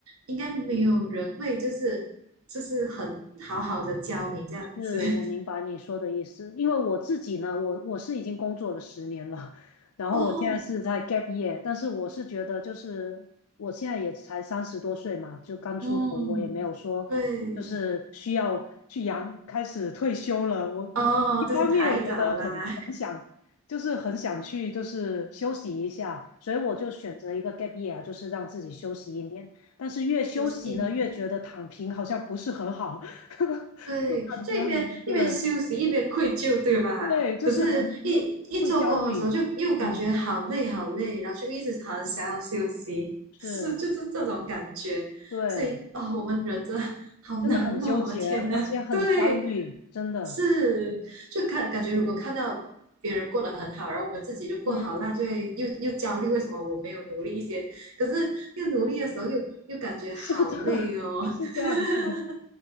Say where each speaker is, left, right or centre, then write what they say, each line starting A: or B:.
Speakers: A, on the right (about 80°); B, on the left (about 85°).
A: 应该没有人会就是就是很好好的教你这样子。
B: 是，
A: <laughs>
B: 我明白你说的意思，因为我自己呢，我我是已经工作了十年了，然后我现在是在
A: 哦，
B: gap year，但是我是觉得就是我现在也才三十多岁嘛，就刚出头，
A: 嗯，
B: 我也没有说就是需要去养，
A: 对，
B: 开始退休了。我我一方面又觉得很很想，
A: 哦，就是太早啦，
B: 就是很想去就是休息一下，所以我就选择一个 gap year，就是让自己休息一年。但是越休息呢，
A: <laughs> 又是一年。
B: 越觉得躺平好像不是很好。<laughs>
A: 对，
B: 就感觉很对，
A: 就一边一边休息一边愧疚，对吧？
B: 对，就是很又会焦虑，
A: 可是一，一做工的时候就又感觉好累好累，
B: 嗯，
A: 然后就一直很想要休息，<laughs>
B: 是，
A: 是就是这种感觉。
B: 对，
A: 所以啊、哦我们人真的好难哦，
B: 真的很纠结，
A: 我的天呐，
B: 而且很焦虑，
A: <laughs> 对，
B: 真的，
A: 是就看感觉如果看到别人过得很好，然后我们自己就过好那就会又又焦虑，
B: 嗯，
A: 为什么我没有努力一些？可是又努力的时候又又感觉好累哦，
B: 是的，<laughs> 就是这样子。
A: <laughs>